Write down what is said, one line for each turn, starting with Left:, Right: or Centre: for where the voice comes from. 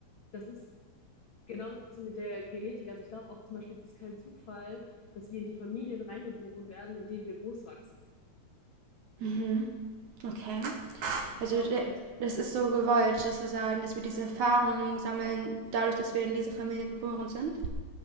Left: das ist genauso mit der Genetik. Also ich glaube auch zum Beispiel, es ist kein Zufall, dass wir in die Familien reingeboren werden, in denen wir groß wachsen.
Right: Mhm. Okay.
Left: Ich
Right: Also
Left: glaube halt,
Right: das ist so gewollt, dass wir sagen, dass wir diese Erfahrungen sammeln, dadurch, dass wir in dieser Familie geboren sind.